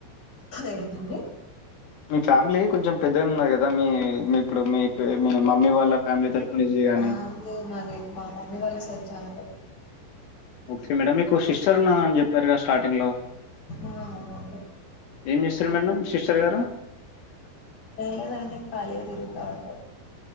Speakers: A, on the left; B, on the left.
A: ఏంటండి
B: మీ ఫ్యామిలీ కొంచెం పెద్ద ఉన్నాయి కదా మీ మీ ఇప్పుడు మీ మమ్మీ వాళ్ళ ఫ్యామిలీ తరపు నుంచి గాని
A: అంది మాది మా మమ్మీ వాళ్ళ సై చనప
B: ఓకే మేడం ఇ మా సిస్టర్ ఉన్నాని చెప్పారు కద స్టార్టింగ్లో
A: ఆ అవునండి
B: ఏం చేస్తారు మేడం సిస్టర్ గారు
A: ఏం లేదండి ఖాళీగా తిరుగుతా ఉంటారు